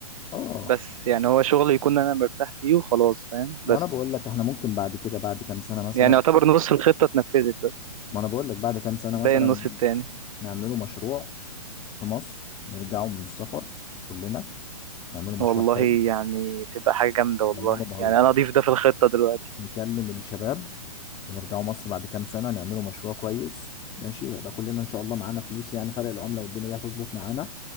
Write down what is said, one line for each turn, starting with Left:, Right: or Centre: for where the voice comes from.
Left: اه
Right: بس يعني هو شغل يكون انا مرتاح فيه وخلاص فاهم
Left: وانا
Right: بس
Left: مم. بقول لك احنا ممكن بعد كده بعد كام سنه مثلا
Right: يعني يعتبر نص الخطة اتنفذت بس
Left: ما انا بقول لك بعد كام سنه
Right: باقي
Left: مثلا
Right: النص التاني
Left: نعمله مشروع في مصر نرجعوا من السفر كلنا نعملوا مشروع
Right: والله
Left: حلو
Right: يعني تبقى حاجة جامدة والله
Left: والله ما
Right: يعني
Left: بهزر
Right: انا اضيف ده في الخطة دلوقتي
Left: نكلم الشباب ونرجعوا مصر بعد كام سنة نعملوا مشروع كويس ماشي يبقى كلنا إن شاء الله معانا فلوس يعني فرق العملة والدنيا دي هتظبط معانا